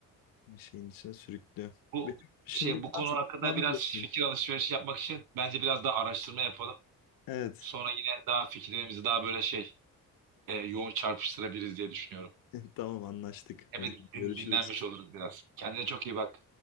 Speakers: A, on the left; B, on the right.
A: bir şeyin içine sürüklüyor.
B: Bu
A: Benim şimdi
B: şey bu
A: biraz
B: konu hakkında
A: gitmem
B: biraz
A: gerekiyor.
B: fikir alışverişi yapmak için bence biraz daha araştırma yapalım.
A: Evet.
B: Sonra yine daha fikirlerimizi daha böyle şey e, yoğun çarpıştırabiliriz diye düşünüyorum.
A: <laughs> Tamam anlaştık.
B: Hem
A: O
B: de
A: zaman
B: din-
A: görüşürüz.
B: dinlenmiş oluruz biraz. Kendine çok iyi bak.